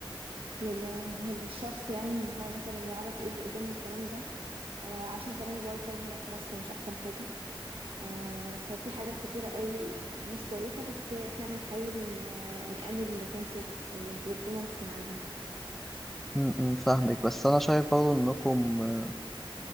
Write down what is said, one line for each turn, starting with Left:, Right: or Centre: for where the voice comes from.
Right: لل... للشخص يعني ان هو مثلا يعرف ايه اللي قدامه الكلام ده آه عشان كمان الواي فاي هنا في مصر مش احسن حاجه آه، ففي حاجات كتيرة قوي مش كويسة بس احنا بنحاول ن- نقلل التنسي والبرفورمانس نعليه
Centre: م- م، فاهمك بس انا شايف برضه انكم آه،